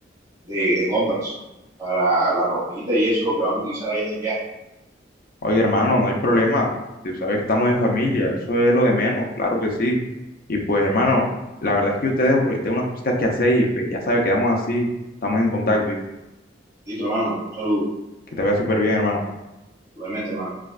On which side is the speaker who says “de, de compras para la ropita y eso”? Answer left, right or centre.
Right